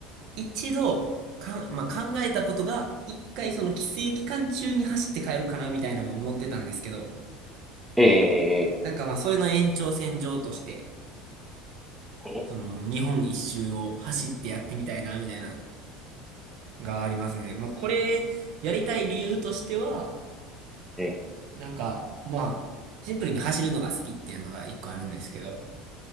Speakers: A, on the right (about 50°); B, in the centre.
A: 一度、かん、まあ、考えたことが、一回その帰省期間中に走って帰ろうかな、みたいなのを思ってたんですけど、
B: ええ
A: なんかまあ、それの延長線上として、
B: ええ
A: その、日本一周を走ってやってみたいな、みたいな、がありますね。まあ、これ、やりたい理由としては、
B: え
A: なんか、まあ、シンプルに走るのが好きっていうのが一個あるんですけど、